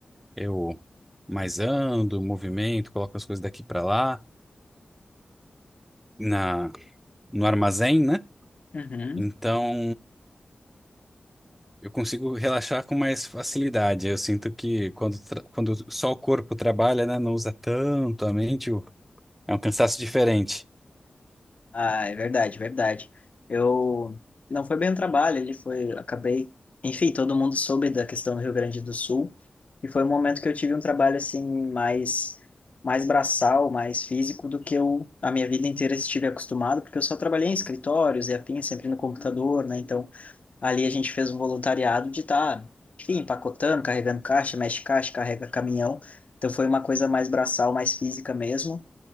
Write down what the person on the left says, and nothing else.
Uhum.
Ah, é verdade, verdade. Eu não foi bem um trabalho, ele foi, acabei, enfim, todo mundo soube da questão do Rio Grande do Sul e foi um momento que eu tive um trabalho assim mais mais braçal, mais físico do que eu a minha vida inteira estive acostumado, porque eu só trabalhei em escritórios e afim, sempre no computador, né? Então Ali a gente fez um voluntariado de estar, enfim, empacotando, carregando caixa, mexe caixa, carrega caminhão. Então foi uma coisa mais braçal, mais física mesmo.